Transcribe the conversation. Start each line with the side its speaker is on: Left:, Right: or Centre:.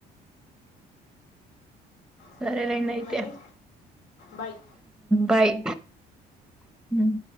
Left: సరే
Centre: సరేలైన్
Left: అండి
Centre: అయితే
Left: మరి బాయ్
Centre: బాయ్ మ్మ్